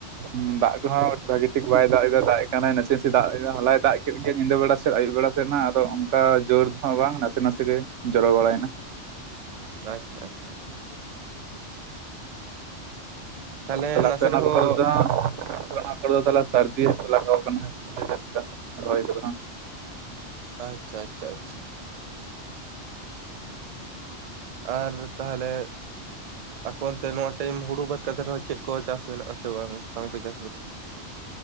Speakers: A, on the right (about 80°); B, on the right (about 60°).
A: ᱩᱸ ᱫᱟᱜ ᱠᱚᱦᱚᱸ ᱵᱷᱟᱜᱤ ᱴᱷᱤᱠ ᱵᱟᱭ ᱫᱟᱜ ᱮᱫᱟ ᱫᱟᱜ ᱮ ᱠᱟᱱᱟᱭ ᱱᱟᱥᱮ ᱱᱟᱥᱮ ᱫᱟᱜ ᱮᱫᱟ ᱦᱚᱞᱟᱭ ᱫᱟᱜ ᱠᱮᱫ ᱜᱮ ᱧᱤᱫᱟᱹ ᱵᱮᱲᱟ ᱥᱮᱫ ᱟᱹᱭᱩᱵ ᱵᱮᱲᱟ ᱥᱮᱫ ᱟᱫᱚ ᱚᱱᱠᱟ ᱡᱳᱨ ᱫᱚ ᱵᱟᱝ ᱱᱟᱥᱮ ᱱᱟᱥᱮ ᱜᱮ ᱡᱚᱨᱚ ᱵᱟᱲᱟᱭᱮᱱᱟ᱾
B: ᱟᱪᱷᱟ ᱟᱪᱷᱟ ᱛᱟᱦᱞᱮ
A: ᱛᱟᱦᱚᱞᱮ
B: ᱱᱟᱥᱮ
A: ᱟᱯᱮ ᱚᱱᱟ
B: ᱨᱮᱦᱚᱸ
A: ᱠᱚᱨᱮ ᱫᱚ ᱦᱟᱸᱜ ᱚᱱᱟ ᱠᱚᱨᱮ ᱫᱚ ᱛᱟᱦᱞᱮ ᱥᱟᱹᱨᱫᱤᱠᱚ ᱞᱟᱜᱟᱣ ᱠᱟᱱᱟ ᱪᱮᱫ ᱞᱮᱠᱟ ᱨᱚᱦᱚᱭ ᱠᱚᱫᱚ?
B: ᱟᱪᱷᱟ ᱟᱪᱷᱟ ᱟᱪᱷᱟ ᱟᱨ ᱛᱟᱦᱞᱮ ᱟᱠᱯᱮ ᱚᱱᱛᱮ ᱱᱚᱣᱟ ᱴᱟᱭᱤᱢ ᱦᱩᱲᱩ ᱵᱟᱫ ᱠᱟᱛᱮ ᱨᱮᱦᱚᱸ ᱪᱮᱫ? ᱠᱚ ᱪᱟᱥ ᱢᱮᱱᱟᱜ ᱟᱥᱮ ᱵᱟᱝ ᱵᱟᱝᱯᱮ ᱪᱟᱥ ᱟᱠᱟᱫᱟ?